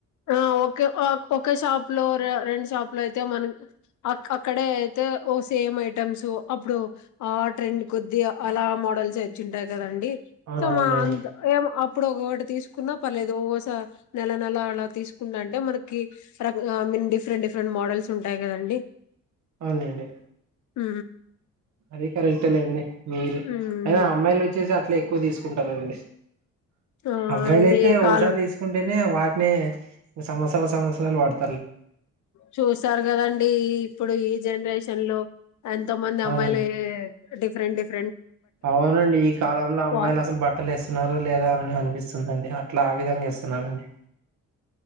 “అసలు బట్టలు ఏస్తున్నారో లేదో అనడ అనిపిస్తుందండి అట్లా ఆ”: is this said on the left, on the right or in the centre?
Right